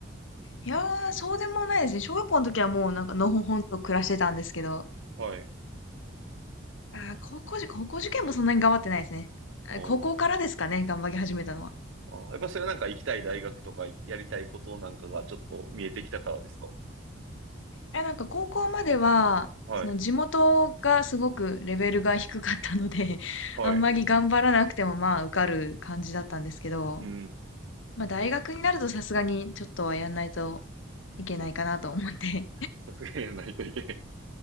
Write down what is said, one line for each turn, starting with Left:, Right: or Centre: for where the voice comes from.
Left: いやー、そうでもないですね。小学校の時はもうなんかのほほんと暮らしてたんですけど、
Right: はい。
Left: あー、高校受、高校受験もそんなに頑張ってないですね。あ高校からですかね、
Right: ああ。
Left: 頑張り始めたのは。
Right: ああ、やっぱそれはなんか行きたい大学とかやりたいことなんかがちょっと見えてきたからですか
Left: いや、なんか高校までは、
Right: はい。
Left: その地元がすごくレベルが低かったので、<laughs>
Right: はい。
Left: あんまり頑張らなくてもまあ受かる感じだったんですけど、
Right: うん。
Left: まあ大学になるとさすがにちょっとはやんないといけないかなと思って。
Right: さすがにやらないといけない。